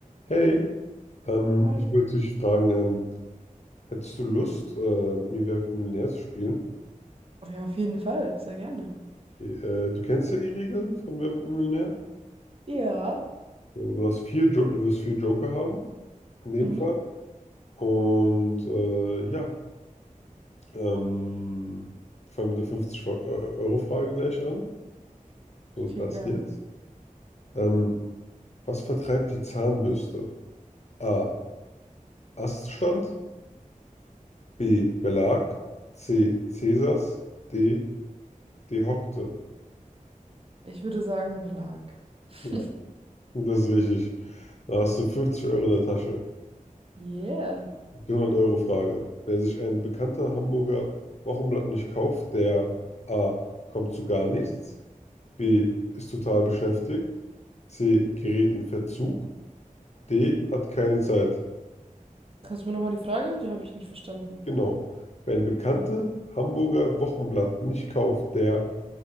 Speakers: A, on the left; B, on the right.
A: Hey, ähm,
B: Ei.
A: ich wollte dich fragen, ähm, hättest du Lust, äh, mir Wer wird Millionär zu spielen?
B: Oh ja, auf jeden Fall. Sehr gerne.
A: Äh, du kennst ja die Regeln von Wer wird Millionär.
B: Ja.
A: So, du hast vier jo du wirst vier Joker haben, in dem
B: Mhm.
A: Fall. Und äh, ja, ähm, wir fange mit der fünfzig euro frage gleich an. So,
B: Okay,
A: das
B: gerne.
A: jetzt. Ähm, was vertreibt die Zahnbürste? A. Aststand. B. Belag. C. Cäsars. D. Dehockte.
B: Ich würde sagen Belag.
A: Ja.
B: <laughs>
A: Das ist richtig. Da hast du 50 Euro in der Tasche.
B: Yeah.
A: Die 100 Euro Frage. Wer sich ein bekannter Hamburger Wochenblatt nicht kauft, der A. kommt zu gar nichts, B. ist total beschäftigt, C. gerät in Verzug, D. hat keine Zeit.
B: Kannst du mir nochmal die Frage? Die habe ich nicht verstanden.
A: Genau. Wer ein bekannte Hamburger Wochenblatt nicht kauft, der